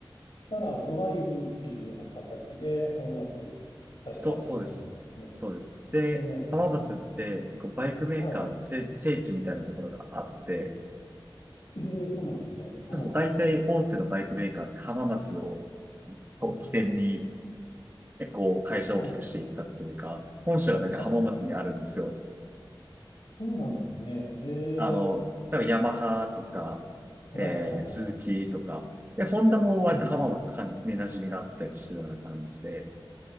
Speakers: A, on the left; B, on the right.
A: したらドライブっていうような形で浜松行かれたっていう感じなんですかね。
B: そう、そうです。そうです。で、
A: おなるほど。
B: 浜松って結構バイクメーカーの聖、
A: うん。はい。
B: 聖地みたいなところがあって、
A: ええ、そうなんですね。はい。
B: そう大体大手のバイクメーカーって浜松をこう起点に、えこう会社を大きくしていったっていうか、
A: はい。
B: 本社が大体浜松にあるんですよ。
A: あ、そそうなんですね。え
B: あの、
A: え、
B: だからヤマハとか、
A: はいはいはい。
B: えー、スズキとか、で、ホンダも割と浜松かんに馴染みがあったりしてたような感じで、
A: うん。